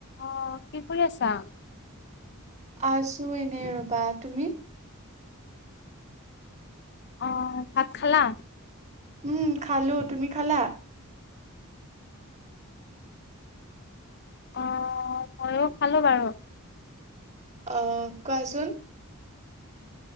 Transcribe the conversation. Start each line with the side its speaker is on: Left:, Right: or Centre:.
Left: অ কি কৰি আছা
Right: আছো এনে ৰবা তুমি
Left: অ ভাত খালা
Right: উম খালো তুমি খালা
Left: অ ময়ো খালো বাৰু
Right: আহ কোৱাচোন